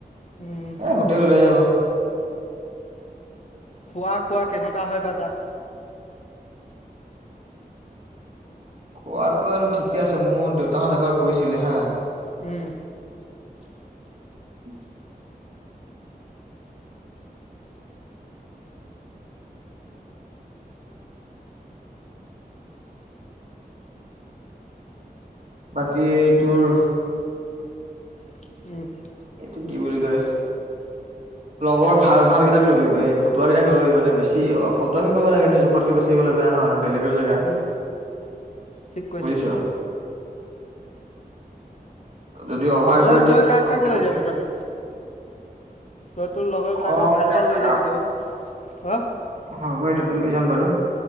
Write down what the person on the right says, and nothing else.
এ হোটেল ওলাই যাব
খোৱাতো আৰু ঠিকে আছে মোৰ দেউতাহত এবাৰ গৈছিলে হা।
<unintelligible> বাকী এইটোৰ।
কি বুলি কয় লগৰ ভাল ভাল কেইটাক লবি বে ফটুৱা কেইটাক নলবি মানে বেছি ফটোৱামি কৰিব লাগে এ জোখতকে বেছি হৈ গ'লে বেয়া ন আৰু। বেলেগৰ জেগাত
বুজিছ।
যদি অভাৰ
কৰি
দিয়ে <unintelligible>
অ',
তাক
থকা
হ'ব এইটো লৈ যাম বাৰু।